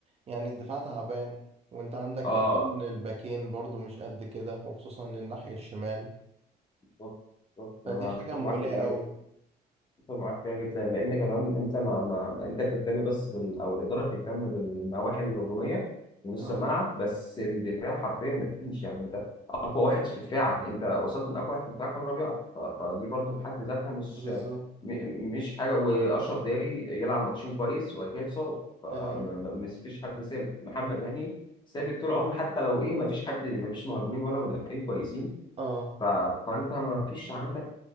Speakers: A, on the right (about 35°); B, on the left (about 25°).
A: يعني الدفاع تعبان وانت عندك
B: اه
A: كمان الباكين برضو مش قد كده وخصوصا الناحيه الشمال
B: بالظبط بالظبط.
A: فدي
B: انا
A: حاجه
B: اتفق
A: مقلقه
B: معاك في دي
A: قوي
B: جدا اتفق معاك فيها جدا لان كمان انت ما, ما ما- انت بتهتم بس بال... او الاداره بتهتم بالنواحي الهجوميه ونص
A: اه
B: الملعب بس الدفاع حرفيا ما فيش يعني انت اقوى واحد في دفاعك انت وصلت من اقوى واحد في دفاعك كان ربيعه ف... فدي برضه في حد ذاتها مش
A: بالظبط
B: م... مش حاجه واشرف داري يلعب ماتشين كويس وبعد كده يتصاب فمش
A: ايوه
B: فيش حد ثابت محمد هاني ثابت طول عمره حتى لو ايه ما فيش حد ما فيش مهاجمين ولا مدافعين كويسين
A: اه
B: ف... فانت ما فيش عندك